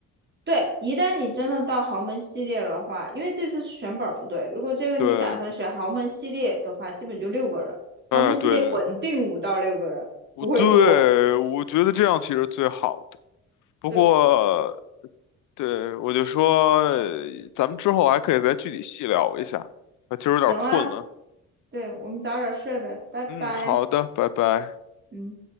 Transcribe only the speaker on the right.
对，一旦你真的到豪门系列的话，因为这次是选本儿不对，如果这个你打算选豪门系列的话，
基本就六个人，豪门系列稳定五到六个人，
不会多。
对，
行啊，对，我们早点睡呗，拜拜。
嗯。